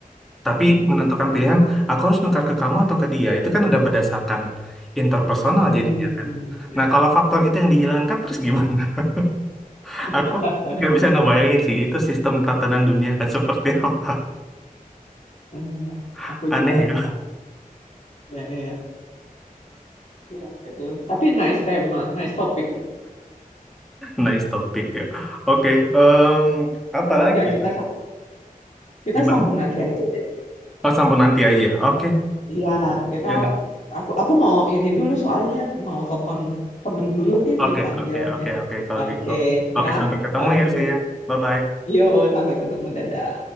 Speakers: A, in the centre; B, on the left.
A: tapi
B: Hmm.
A: menentukan pilihan aku harus nukar ke kamu atau ke dia itu kan udah berdasarkan interpersonal
B: Hmm.
A: jadinya kan nah kalau faktor itu yang dihilangkan terus gimana <laughs>
B: <laughs>
A: aku nggak bisa ngebayangin sih itu sistem tatanan dunia kan seperti apa
B: Iya,
A: <laughs>
B: aku
A: aneh
B: juga enggak.
A: ya
B: Ya, iya. Ya, gitu. Tapi nice tema, nice topik.
A: Nice topik ya. Oke, em, apa
B: Ya
A: lagi?
B: udah kita kita
A: Gimana?
B: sambung nanti aja deh.
A: Oh, sambung nanti aja. Oke,
B: Iya, kita
A: ya udah.
B: aku aku mau ini dulu soalnya mau telepon temen dulu nih
A: Oke,
B: dipanggil.
A: oke, oke,
B: nih.
A: oke. Kalau
B: Oke,
A: gitu. Oke,
B: ya.
A: sampai ketemu
B: Oke.
A: ya sih. Bye-bye.
B: Yuk, sampai ketemu. Dadah.